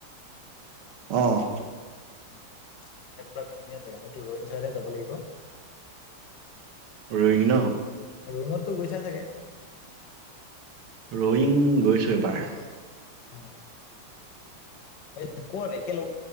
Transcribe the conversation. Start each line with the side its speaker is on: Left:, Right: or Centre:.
Right: অঁহ।
Left: উম মানে পোৰা ধুনীয়া জেগা, এইটো ৰয়িং চাইডে যাব লাগিব।
Right: ৰইং ন?
Left: ৰইংট তো গৈছা চাগে?
Right: ৰইং গৈছোঁ এবাৰ।
Left: অঁ। <unintelligible>